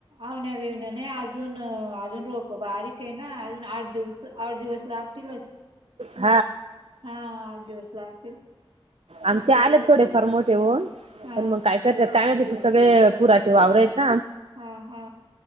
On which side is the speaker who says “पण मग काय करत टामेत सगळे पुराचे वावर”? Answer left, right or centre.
Right